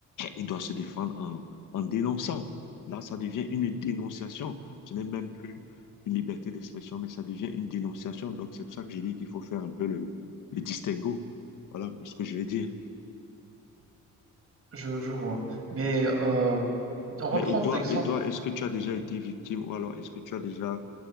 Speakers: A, on the left; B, on the right.
A: Il doit se défendre en, en dénonçant. Là, ça devient une dénonciation. Ce n'est même plus une liberté d'expression, mais ça devient une dénonciation. Donc, c'est pour ça que j'ai dit qu'il faut faire un peu le, le distinguo. Voilà un ce que je vais dire.
B: je, je vois. Mais euh, on va
A: Mais
B: prendre
A: et toi,
B: l'exemple.
A: et toi, est-ce que tu as déjà été victime ou alors est-ce que tu as déjà